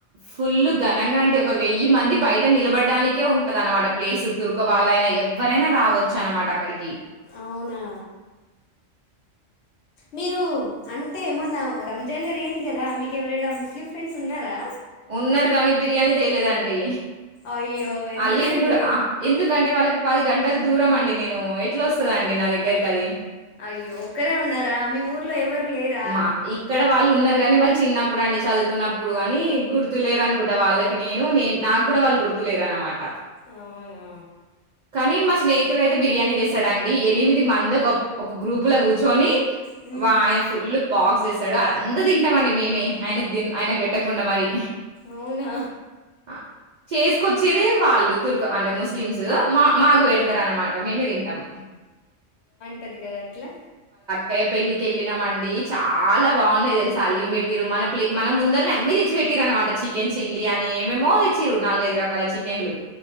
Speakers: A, on the right; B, on the left.
A: ఫుల్లు ఘనంగా అండి ఒక వెయ్యి మంది బయట నిలబడ్డానికే ఉంటది అనమాట ప్లేస్ తుర్కు వాళ్ళైనా ఎవరైనా ర రావచ్చు అన్నమాట అక్కడికి
B: అవునా మీరు అంటే ఏమన్నా రంజాన్ జరిగింది కదా మీకు ఎవరైనా ముస్లిం ఫ్రెండ్స్ ఉన్నారా
A: ఉన్నారు గానీ బిర్యానీ తేలేదండి
B: అయ్యో ఎందుకండి
A: ఆలిమ్ గూడా ఆ ఎందుకంటే వాళ్ళకి పది గంటలు దూరం అండి నేను ఎట్లా వస్తది అండి నా దగ్గరికి అది
B: అయ్యో ఒక్కరే ఉన్నారా మీ ఊర్లో ఎవరు లేరా
A: మా ఇక్కడ వాళ్ళు ఉన్నారు కాని వాళ్ళు చిన్నప్పుడు అండి చదువుకున్నప్పుడు గాని గుర్తులేరు అనుకుంటా వాళ్ళకి నేను నే నాకు గూడా వాళ్ళు గుర్తులేరు అనమాట
B: అవునా
A: కానీ మా స్నేహితుడు అయితే బిర్యానీ తేస్తాడండి ఎనిమిది మంది ఒక ఒక గ్రూపు లో గూర్చొని
B: హ్మ్
A: వా ఎఫ్ బాక్స్ ఇస్తాడు అది అంతా తింటాం అండి మేమే ఆయనక్దిన్ ఆయనకు పెట్టకుండా మరి
B: అవునా
A: ఆ! చేసుకొచ్చేదే వాళ్ళు తుర్క అంటే ము స్లిమ్స్ మా
B: అవునవును
A: మాకు పెడతార అన్నమాట మేమే తింటాం
B: టది కదా అట్లా
A: కయ పెళ్లి కెళ్ళిన మండి చాలా బావున్నాయి తెలుసా హాలీమ్ పెట్టిరు మన ప్ మన ముందల్నే అన్ని తెచ్చి పెట్టిరు అనమాట చికెన్ చిల్లీ యనీ ఏమేమో తెచ్చిరు నాలుగైదు రకాల చికెన్ లు